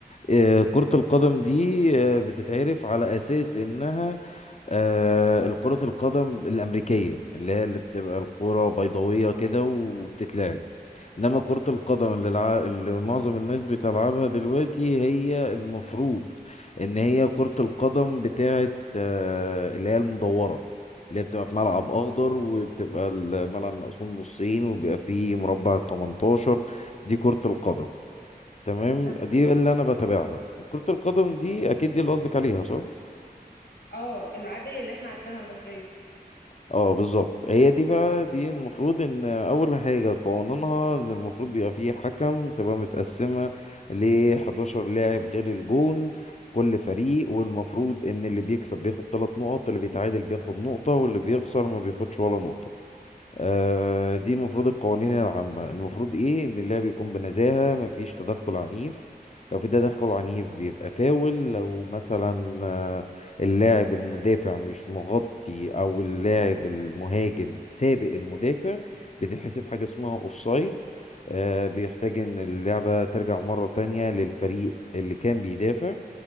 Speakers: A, on the left (about 45°); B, on the left (about 80°).
A: آه، كرة القدم دي آه، بتتعرف على أساس إنها آه، الكرة القدم الأمريكية اللي هي اللي بتبقى الكرة بيضاوية كده وبتتلعب انما كرة القدم اللي, الع... اللي معظم الناس بتلعبها دلوقتي هي المفروض ان هي كرة القدم بتاعه آه، اللي هي المدورة اللي هي بتبقى في ملعب اخضر وبتبقى الملعب مقسوم نصين وبيبقى فيه مربع 18 دي كرة القدم تمام
B: تمام
A: دي اللي انا بتابعها كرة القدم دي اكيد دي اللي قصدك عليها صح
B: اه العادية اللي احنا عارفينها المصرية
A: اه بالظبط هي دي بقى دي المفروض ان اول حاجه قانونها ان المفروض بيبقى فيه حكم تبقى متقسمه ل 11 لاعب غير الجون كل فريق والمفروض ان اللي بيكسب بياخد 3 نقط اللي بيتعادل بياخد نقطه واللي بيخسر ما بياخدش ولا نقطه آه، دي المفروض القوانين العامة المفروض ايه ان اللعب يكون بنزاهة مفيش تدخل عنيف لو في تدخل عنيف بيبقى فاول لو مثلا آه، اللاعب المدافع مش مغطي او اللاعب المهاجم سابق المدافع بتتحسب حاجة اسمها اوفسايد آه، بيحتاج ان اللعبة ترجع مرة تانية للفريق اللي كان بيدافع